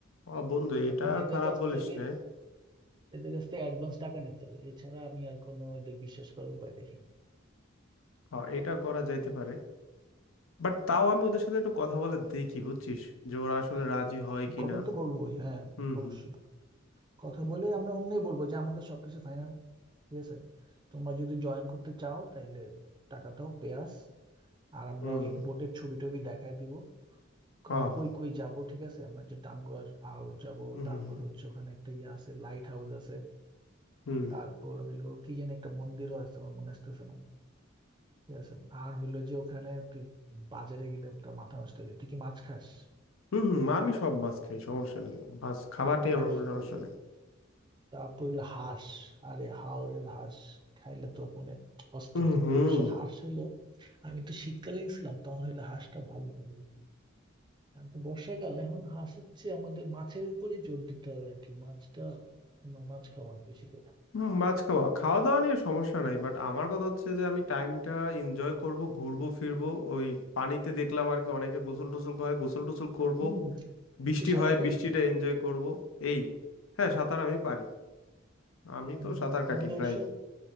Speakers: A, on the left; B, on the right.
A: ও বন্ধু এটা
B: এখন এদের
A: খারাপ
B: কাছ
A: বলিস
B: থেকে
A: না
B: এদের কাছ থেকে অ্যাডভান্স টাকা নিতে হবে এছাড়া আমি আর কোনো এদের বিশ্বাস করার উপায় দেখি না
A: হ্যাঁ এটা করা যাইতে পারে বাট তাও আমি ওদের সাথে একটু কথা বলে দেখি বুঝছিস যে ওরা আসলে রাজি হয় কিনা
B: কথা তো বলবোই হ্যাঁ
A: হুম
B: অবশ্যই
A: হুম
B: কথা বলে আমরা অমনি বলবো যে আমাদের সবকিছু ফাইনাল ঠিক আছে তোমরা যদি জয়েন করতে চাও তাহলে টাকা দাও পেয়াস আর আমরা
A: হুম
B: ওই বোটের ছবি টবি দেখায় দিব
A: হ্যাঁ
B: আমরা
A: হ্যাঁ
B: কই কই যাব ঠিক আছে আমরা যে টাঙ্গুয়ার আউট যাব
A: হুম
B: তারপর
A: হুম
B: হচ্ছে ওখানে একটা ইয়ে আছে লাইট হাউস আছে
A: হুম
B: তারপর হইলো কি যেন একটা মন্দিরও আছে আমার মনে আসতেছে না ঠিক আছে আর হইলো যে ওখানে তুই বাজারে গেলে তোর মাথা নষ্ট হয়ে যায় তুই কি মাছ খাস
A: হুম হুম হুম, আমি সব মাছ খাই সমস্যা নেই মাছ খাবার
B: আহ,
A: নিয়ে
B: তাইলে
A: আমার কোনো সমস্যা
B: তো
A: নেই
B: তারপর হইলো হাঁস আরে হাওরের হাঁস খাইলে তো মানে অস্থির
A: হুম হুম
B: অবশ্য হাঁস হইলো আমি তো শীতকালে গেছিলাম তখন হইলো হাঁসটা ভালো থাকে বেশি। এখন তো বর্ষাকাল এখন হাঁসের চেয়ে আমাদের মাছের উপরেই জোর দিতে হবে আর কি মাছটা আমরা মাছ খাবো না বেশি করে
A: হুম মাছ খাওয়া খাওয়া দাওয়া নিয়ে সমস্যা নাই বাট আমার কথা হচ্ছে যে আমি টাইমটা এনজয় করব ঘুরবো ফিরবো ওই পানিতে দেখলাম আর কি অনেকে গোসল টোসল করে গোসল টোসল করব
B: হম
A: বৃষ্টি
B: তুই সাদা
A: হয়
B: পাইস
A: বৃষ্টিটা
B: তো
A: এনজয় করব এই হ্যাঁ সাঁতার আমি পারি আমি
B: হম
A: তো সাঁতার কাটি
B: আমাদের
A: প্রায়
B: অবশ্য